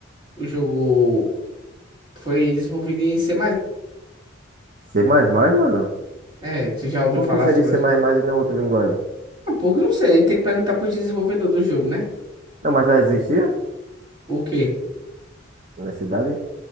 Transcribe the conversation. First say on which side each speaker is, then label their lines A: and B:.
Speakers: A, on the right; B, on the right.
A: o jogo. Foi desenvolvido em C++.
B: C++, mano?
A: É, você já ouviu
B: Por
A: falar
B: que seria
A: sobre
B: C++
A: isso?
B: e não outra linguagem?
A: Um pouco, não sei. Tem que perguntar pro desenvolvedor do jogo, né?
B: Não, mas já existia?
A: O quê?
B: Na cidade?